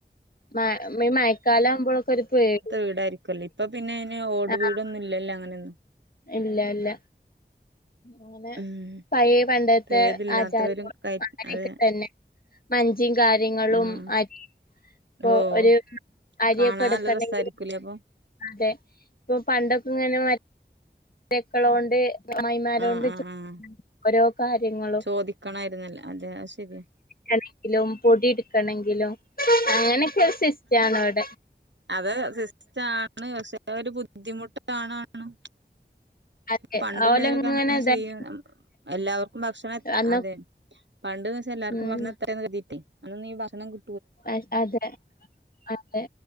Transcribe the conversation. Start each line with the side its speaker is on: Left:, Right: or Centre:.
Left: മ മയക്കാലം ആവുമ്പോഴൊക്കെ ഒരു പേടി
Right: വീടരിക്കല്ലോ ഇപ്പൊ പിന്നെ അയ്ന് ഓട്
Left: ആഹ്
Right: വീട് ഒന്നുല്ലല്ലോ അങ്ങനൊന്നും
Left: ഇല്ല ഇല്ല അങ്ങനെ
Right: ഉം
Left: പഴയ പണ്ടത്തെ
Right: ഇപ്പൊ ഏതില്ലാത്തവരും
Left: ആചാര
Right: കയ
Left: അങ്ങനെയൊക്കെ
Right: അതെ
Left: തന്നെ വഞ്ചി കാര്യങ്ങളും
Right: ആഹ്
Left: അരി ഇപ്പൊ
Right: ഓഹ്
Left: ഒരു അരിയൊക്കെട്ക്കണെങ്കി
Right: കാണാൻ നല്ല രസായിരിക്കൂലേ അപ്പൊ
Left: അതെ പ്പൊ പണ്ടൊക്കെങ്ങനെ തെക്കളോണ്ട് മായിമാരോണ്ട്
Right: ആഹ് ആഹ് ആഹ്
Left: ഓരോ കാര്യങ്ങളും
Right: ചോദിക്കണായിരുന്നല്ലോ അതെ അത് ശരിയാ
Left: കണങ്കിലും പൊടി എടുക്കണെങ്കിലും അങ്ങനെയൊക്കെ ഒരു സിസ്റ്റാണ് ഇവിടെ
Right: അത് സിസ്റ്റം ആണ് പക്ഷെ ഒരു ബുദ്ധിമുട്ട് കാണാണ്
Left: അതെ
Right: പണ്ടുള്ളവരൊക്കെ
Left: ഓലങ്ങനെ
Right: അങ്ങനെ
Left: ഇതാക്കി
Right: ചെയ്യും എല്ലാവർക്കും ഭക്ഷണം എ
Left: അന്ന
Right: അതെ പണ്ടന്ന് വച്ച എല്ലാർക്കും
Left: ഉം
Right: ഭക്ഷണം എത്രയന്ന് കരുതിയിട്ടെ അന്ന് ഈ ഭക്ഷണം കി
Left: അ അതെ അതെ